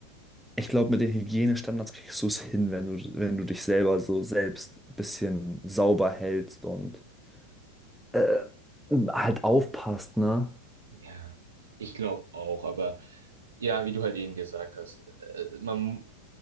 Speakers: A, in the centre; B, on the right.
A: ich glaube, mit den Hygienestandards kriegst du es hin, wenn du, wenn du dich selber so selbst ein bisschen sauber hältst und äh, halt aufpasst, ne?
B: Ja, ich glaube auch, aber ja, wie du halt eben gesagt hast, äh, man,